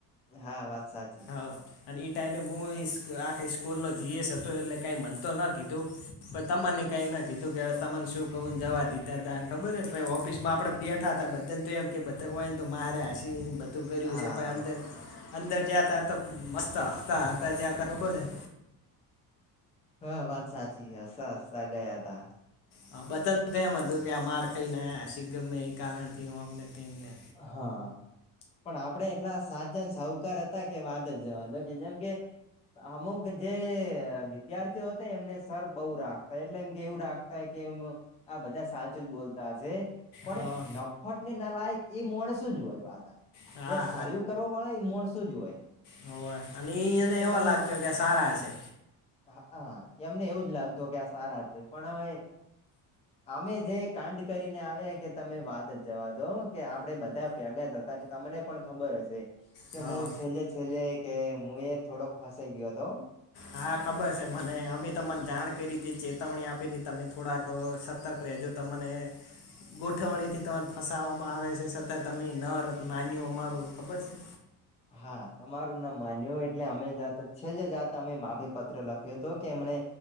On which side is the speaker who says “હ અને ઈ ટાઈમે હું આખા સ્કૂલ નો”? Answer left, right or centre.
Left